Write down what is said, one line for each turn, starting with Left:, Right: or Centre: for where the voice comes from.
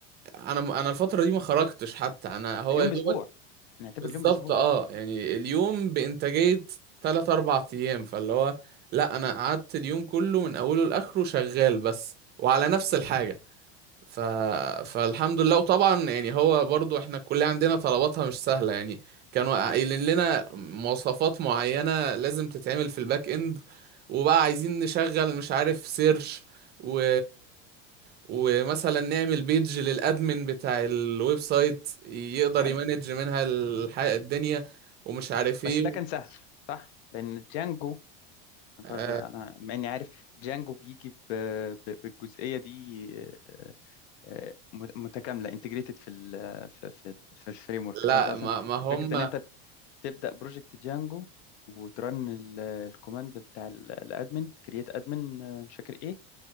Right: انا انا الفترة دي ما خرجتش حتى انا هو
Left: اليوم
Right: يا دوبك
Left: باسبوع نعتبر
Right: بالظبط
Left: اليوم باسبوع
Right: اه يعني اليوم بإنتاجية تلات أربع أيام فاللي هو لأ أنا قعدت اليوم كله من أوله لآخره شغال بس وعلى نفس الحاجة ف... فالحمد لله وطبعا يعني هو برضو احنا الكلية عندنا طلباتها مش سهلة يعني كانوا قايلين لنا مواصفات معينة لازم تتعمل في الباك اند وبقى عايزين نشغل مش عارف سيرش و... ومثلا نعمل بيج للادمن بتاع الويب سايت يقدر
Left: حلو
Right: يمانج منها الح... الدنيا ومش عارف
Left: بس
Right: ايه
Left: ده كان سهل صح لان جانجو برضه
Right: آه
Left: انا مع اني عارف جانجو بيجي ب- ب- بالجزئيه دي آه، مت- متكامله انتجريتد في ال في في ال- في الفريم ورك
Right: لا
Left: فانت اصلا
Right: ما, ما هم
Left: فكره ان انت ت- تبدا بروجكت جانجو وترن ال- الكوماند بتاع الادمن كرييت ادمن مش فاكر ايه